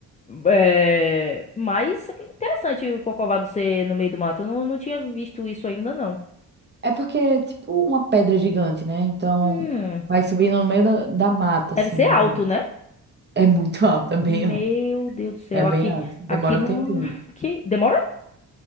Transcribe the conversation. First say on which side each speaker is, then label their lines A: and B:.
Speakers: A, on the left (about 20°); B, on the right (about 25°).
A: É, mas interessante o Corcovado ser no meio do mato. Eu não, não tinha visto isso ainda, não.
B: É porque é tipo uma pedra gigante, né? Então
A: Hum,
B: vai subindo no meio da, da mata,
A: deve
B: assim,
A: ser
B: digamos.
A: alto, né?
B: É muito <laughs> alta, é bem
A: Meu
B: alta.
A: Deus do céu.
B: É bem
A: Aqui,
B: alto. Demora
A: aqui não.
B: um tempinho.
A: <laughs> que demora